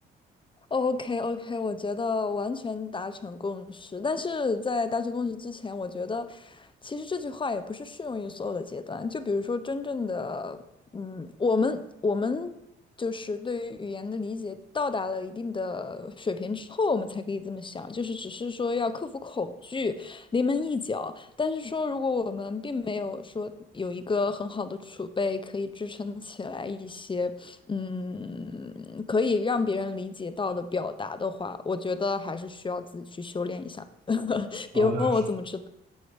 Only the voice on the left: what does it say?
OK OK，我觉得完全达成共识。但是在达成共识之前，我觉得其实这句话也不是适用于所有的阶段。就比如说，真正的，嗯，我们我们就是对于语言的理解到达了一定的水平之后，我们才可以这么想。就是只是说要克服恐惧，临门一脚。但是说，如果我们并没有说有一个很好的储备，可以支撑起来一些，嗯，可以让别人理解到的表达的话，我觉得还是需要自己去修炼一下。<laughs>
别问我怎么知道，